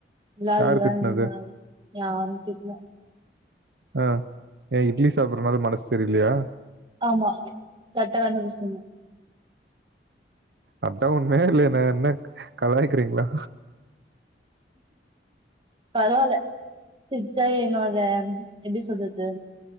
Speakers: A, on the right; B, on the right.
A: இல்லாதுதா
B: யாரு திட்டுனது?
A: நீங்க வேற யாரு திட்ல
B: ஆ ஏ இட்லி சாப்பறதுனால மனசு சரியில்லையா
A: ஆமா கரெக்டா கண்டுபுடிச்சிட்டீங்க
B: அதா உண்மைய இல்லையா என்ன என்ன கலாயிக்கிறீங்களா
A: பரவால்ல சிர்ச்ச என்னோட எப்டி சொல்றது